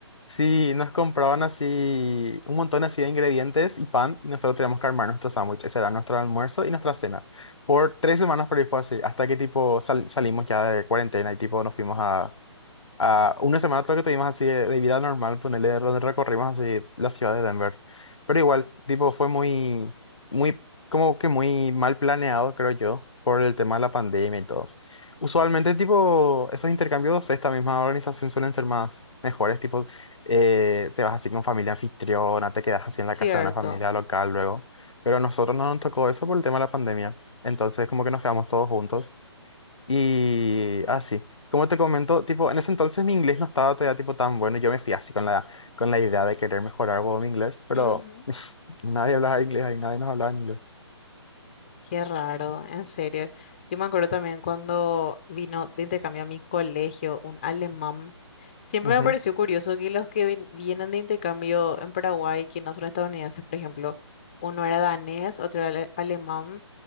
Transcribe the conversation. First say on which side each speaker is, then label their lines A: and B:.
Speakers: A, on the left (about 85°); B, on the left (about 20°).
A: Sí, nos compraban así un montón así de ingredientes y pan y nosotros teníamos que armar nuestro sándwich. Ese era nuestro almuerzo y nuestra cena. Por tres semanas por ahí fue así, hasta que tipo sal- salimos ya de cuarentena y tipo nos fuimos a, Ah, una semana creo que tuvimos así de, de vida normal, ponerle donde recorrimos así la ciudad de Denver. Pero igual, tipo, fue muy, muy, como que muy mal planeado, creo yo, por el tema de la pandemia y todo. Usualmente, tipo, esos intercambios, esta misma organización suelen ser más mejores, tipo, eh, te vas así con familia anfitriona, te quedas así en la
B: Cierto.
A: casa de una familia local luego. Pero a nosotros no nos tocó eso por el tema de la pandemia. Entonces, como que nos quedamos todos juntos. Y así, como te comento, tipo, en ese entonces mi inglés no estaba todavía tipo tan bueno, yo me fui así con la, con la idea de querer mejorar huevón, mi inglés, pero
B: Ujú.
A: nadie hablaba inglés ahí, nadie nos hablaba en inglés.
B: Qué raro, en serio. Yo me acuerdo también cuando vino de intercambio a mi colegio un alemán. Siempre
A: Ujú,
B: me pareció curioso que los que ven- vienen de intercambio en Paraguay, que no son estadounidenses, por ejemplo, uno era danés, otro era ale- alemán,